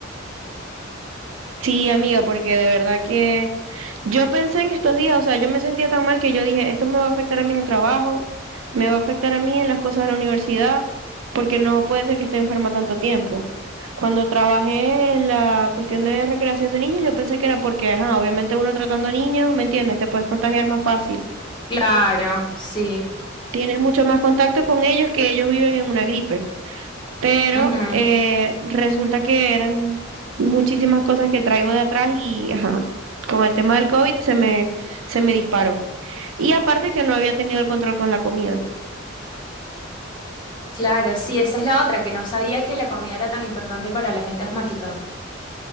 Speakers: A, on the right; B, on the left.
A: Sí, amiga, porque de verdad que yo pensé en estos días, o sea, yo me sentía tan mal que yo dije, esto me va a afectar a mí en el trabajo, me va a afectar a mí en las cosas de la universidad, porque no puede ser que esté enferma tanto tiempo. Cuando trabajé en la cuestión de recreación de niños, yo pensé que era porque, ajá, obviamente uno tratando niños, ¿me entiendes? Te puedes contagiar más fácil.
B: Claro, sí.
A: Tienes mucho más contacto con ellos que ellos viven en una gripe. pero
B: Ujú.
A: eh, resulta que eran muchísimas cosas que traigo de atrás y ajá, con el tema del COVID se me, se me disparó. Y aparte que no había tenido el control con la comida.
B: Claro, sí, esa es la otra, que no sabía que la comida era tan importante para la gente asmática.